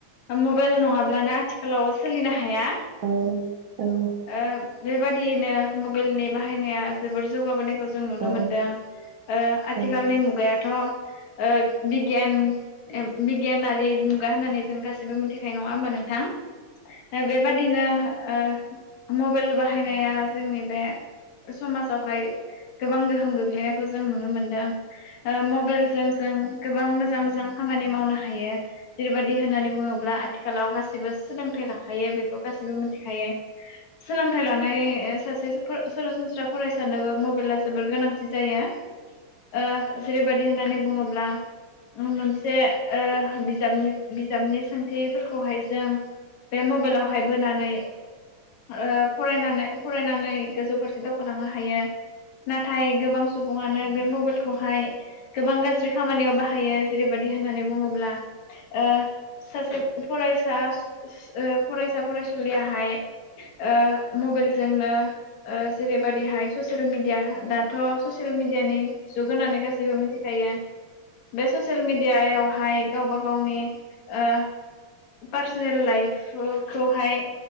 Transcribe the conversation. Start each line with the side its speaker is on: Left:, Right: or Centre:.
Left: मबाइल नङाब्लानो आथिखालाव सोलिनो हाया
Right: औ औ
Left: ओ बेबादियैनो मबाइलनि बाहायनाया जोबोर जौगाबोनायखौ जों नुनो
Right: औ
Left: मोनदों ओ आथिखालनि
Right: औ
Left: मुगाया थ' ओ बिगियान एब बिगियानारि मुगा होननानै जों गासै जेबो मिथिखायो नङा होमबा नोंथां बेबादिनो ओ मबाइल बाहायनाया जोंनि बे समाजावहाय गोबां गोहोम गो खौ जों नुनो मोनदों ओ मबाइल जों गोबां मोजां मोजां खामानि मावनो हायो जेरैबायदि होननानै बुङोब्ला आथ आथिखालाव गासैबो सोलोंथाइ लाखायो बे गासैबो मिथिखायो सोलोंथाइ लानाय ओ सास जे फो सरासनस्रा फरायसनोबो मबाइला जोबोर गोनां बिदि जायो ओ जेरैबायदि होननानै बुङोब्ला मोनसे ओ बिजाबनि बिजाबनि सोंथिफोरखौहाय जों बे मबाइलावहाय बोनानै ओ फरायनानै फरायनानै गोजौ फारसे दावखोलांनो हायो नाथाय गोबां बुङानो बे मबाइलखौ हाय गोबां गाज्रि खामानियाव बाहाय हायो जेरैबायदि होननानै बुङोब्ला <inaudible> ओ सासे फरायसा ओ फरायसा फरायसुलियाहाय ओ मबाइलजोंनो ओ जेरैबादिहाय ससियेल मिडिया दाथ' ससियेल मिडियानि जुग होननानै गासैबो मिथिखायो बे ससियेल मिडियायाव हाय गावबा गावनि ओ पार्सनेल लाइफखौहाय